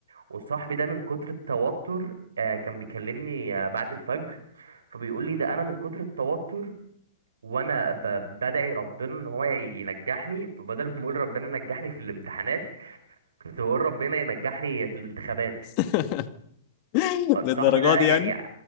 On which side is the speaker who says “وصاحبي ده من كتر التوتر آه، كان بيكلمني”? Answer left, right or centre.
Right